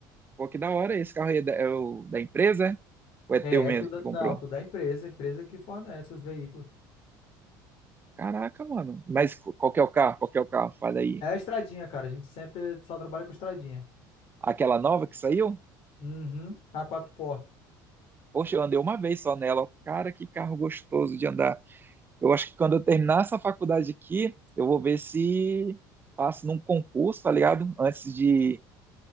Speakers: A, on the right; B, on the left.
A: Pô, que da hora. Esse carro aí é da, é o da empresa, é? Ou é teu
B: É,
A: mesmo
B: é tudo,
A: que tu comprou?
B: não, tudo é empresa, empresa que fornece os veículos.
A: Caraca, mano. Mas qual que é o carro? Qual que é o carro? Fala aí.
B: É a estradinha, cara, a gente sempre só trabalha com estradinha.
A: Aquela nova que saiu?
B: Uhum, a quatro portas.
A: Poxa, eu andei uma vez só nela. ó. Cara, que carro gostoso de andar. Eu acho que quando eu terminar essa faculdade aqui, eu vou ver se passo num concurso, tá ligado? Antes de,